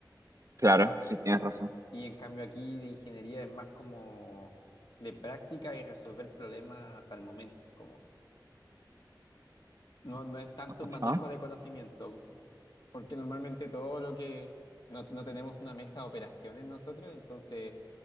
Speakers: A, on the right; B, on the left.
A: Claro, sí tienes razón.
B: Y en cambio aquí de ingeniería es más como de práctica y resolver problemas al momento, como no, no es tanto
A: ajá.
B: manejo de conocimiento, porque normalmente todo lo que no, no tenemos una mesa de operaciones nosotros, entonces